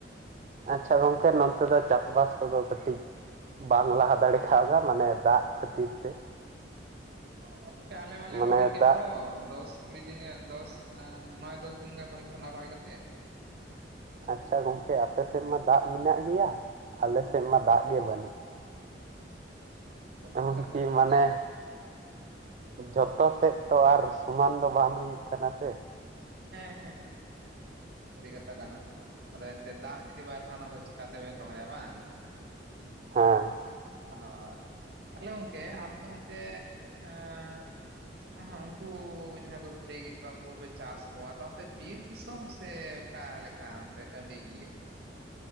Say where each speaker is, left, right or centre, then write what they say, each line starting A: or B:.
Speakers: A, on the right (about 40°); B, on the right (about 60°).
A: ᱟᱪᱪᱷᱟ ᱜᱚᱝᱠᱮ ᱱᱚᱛᱮ ᱫᱚ ᱪᱟᱥᱵᱟᱥ ᱠᱚᱫᱚ ᱠᱟᱹᱴᱤᱡ ᱵᱟᱝ ᱞᱟᱦᱟ ᱫᱟᱲᱮ ᱠᱷᱟᱣᱫᱟ ᱢᱟᱱᱮ ᱫᱟᱜ ᱠᱷᱟᱹᱛᱤᱨ ᱛᱮ᱾
B: ᱚ ᱜᱚᱝᱠᱮ ᱟᱞᱮ ᱢᱟᱞᱮ
A: ᱢᱟᱱᱮ
B: ᱨᱚᱦᱚᱭ ᱠᱮᱫ
A: ᱫᱟᱜ
B: ᱫᱚ ᱫᱚᱥ ᱠᱩᱲᱤ ᱫᱤᱱ ᱜᱟᱱ ᱫᱚᱥ ᱟᱸᱻ ᱱᱚᱭ ᱫᱚᱥ ᱫᱤᱱ ᱜᱟᱱ ᱦᱩᱭ ᱜᱚᱱᱟ ᱨᱚᱦᱚᱭ ᱠᱟᱛᱮᱜ᱾
A: ᱟᱪᱪᱷᱟ ᱜᱚᱝᱠᱮ ᱟᱯᱮᱥᱮᱫ ᱢᱟ ᱫᱟᱜ ᱢᱮᱱᱟᱜ ᱜᱮᱭᱟ, ᱟᱞᱮᱥᱮᱫ ᱢᱟ ᱫᱟᱜ ᱜᱮ ᱵᱟᱹᱱᱩᱜ᱾
B: ᱚᱱᱟ
A: ᱮᱢᱚᱱᱠᱤ
B: ᱢᱟ ᱠᱟᱛᱷᱟ ᱠᱟᱱ
A: ᱢᱟᱱᱮ
B: ᱜᱮᱭᱟ
A: ᱡᱷᱚᱛᱚ ᱥᱮᱫ ᱛᱚ ᱟᱨ ᱥᱚᱢᱟᱱ ᱫᱚ ᱵᱟᱝ ᱦᱩᱭᱩᱜ ᱠᱟᱱᱟ ᱥᱮ᱾
B: ᱦᱮᱸ ᱦᱮᱸ᱾ ᱥᱟᱹᱨᱤ ᱠᱟᱛᱷᱟ ᱠᱟᱱᱟ ᱟᱫᱚ ᱮᱱᱛᱮᱫ ᱫᱟᱜ ᱡᱩᱫᱤ ᱵᱟᱭ ᱛᱟᱦᱮᱱᱟ ᱟᱫᱚ ᱪᱤᱠᱟᱛᱮᱵᱮᱱ ᱨᱚᱦᱚᱭᱟ ᱵᱟᱝ᱾ <inaudible>
A: ᱦᱮᱸ
B: ᱦᱚᱜ ᱛᱟᱦᱚᱞᱮ ᱜᱚᱝᱠᱮ ᱟᱯᱮ ᱚᱱᱛᱮ ᱟᱸᱻ ᱦᱚᱸ ᱩᱱᱠᱩ ᱡᱟᱦᱟᱸ ᱠᱚ ᱵᱤᱱ ᱞᱟᱹᱭ ᱠᱮᱫ ᱠᱚᱣᱟ ᱩᱱᱠᱩ ᱯᱮ ᱪᱟᱥ ᱚ ᱟᱫᱚ ᱚᱱᱛᱮ ᱵᱤᱨ ᱫᱤᱥᱚᱢ ᱥᱮ ᱚᱠᱟ ᱞᱮᱠᱟ ᱚᱱᱛᱮ ᱴᱟᱺᱰᱤ ᱜᱮᱭᱟ?